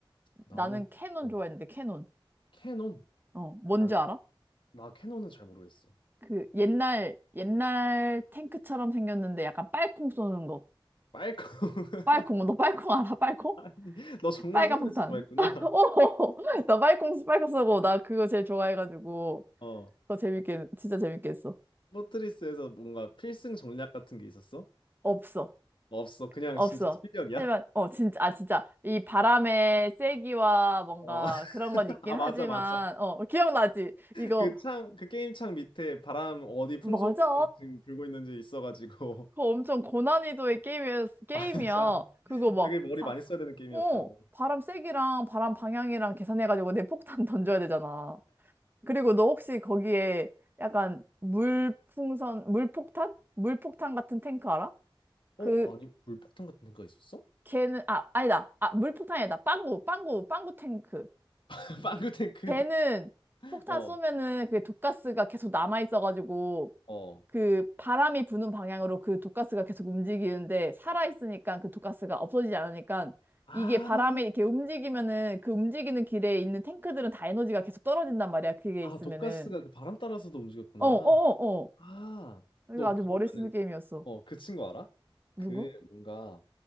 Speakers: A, on the left; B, on the right.
A: 나는
B: 나는 캐논
A: 어,
B: 좋아했는데 캐논
A: 캐논.
B: 어 뭔지
A: 나는
B: 알아?
A: 나 캐논은 잘 모르겠어.
B: 그 옛날 옛날 탱크처럼 생겼는데 약간 빨콩 쏘는 거.
A: 빨강. <laughs>
B: 빨콩 너 빨콩 알아? 빨콩?
A: 아니, 너 정말
B: 빨간
A: 포트리스
B: 폭탄.
A: 좋아했구나.
B: <laughs> 어, 나 빨콩 빨콩 쏘고 나 그거 제일 좋아해가지고
A: 어.
B: 그거 재밌게 진짜 재밌게 했어.
A: 포트리스에서 뭔가 필승 전략 같은 게 있었어?
B: 없어
A: 없어. 그냥
B: 없어.
A: 진짜 실력이야?
B: 하지만 어 진짜 아 진짜 이 바람의 세기와 뭔가
A: 어.
B: 그런
A: <laughs>
B: 건 있긴
A: 아, 맞아,
B: 하지만
A: 맞아.
B: 어 기억나지? 이거
A: 그 창, 그 게임 창 밑에 바람 어디 풍속으로
B: 맞아.
A: 지금 불고 있는지 있어가지고.
B: 그거 엄청 고난이도의 게임이야. 게임이야.
A: <laughs> 진짜
B: 그거 막,
A: 되게 머리
B: 바,
A: 많이 써야 되는 게임이었다고.
B: 어, 바람 세기랑 바람 방향이랑 계산해가지고 내 폭탄 <laughs> 던져야 되잖아. 그리고 너 혹시 거기에 약간 물풍선, 물폭탄? 물폭탄 같은 탱크 알아? 그,
A: 어, 아니, 물폭탄 같은 데가 있었어?
B: 걔는, 아, 아니다. 아, 물폭탄이다. 빵구, 빵구, 빵구 탱크.
A: <laughs> 빵구탱크.
B: 걔는 폭탄
A: 어,
B: 쏘면은 그게 독가스가 계속 남아있어가지고
A: 어.
B: 그 바람이 부는 방향으로 그 독가스가 계속 움직이는데 살아있으니까 그 독가스가 없어지지 않으니까
A: 아,
B: 이게 바람에 이렇게 움직이면은 그 움직이는 길에 있는 탱크들은 다 에너지가 계속 떨어진단 말이야. 그게
A: 아,
B: 있으면은.
A: 독가스가 그 바람 따라서도 움직였구나.
B: 어, 어, 어, 어.
A: 아,
B: 이거
A: 너
B: 아주
A: 그러면은,
B: 머리 쓰는 게임이었어.
A: 어, 그 친구 알아?
B: 누구?
A: 그 뭔가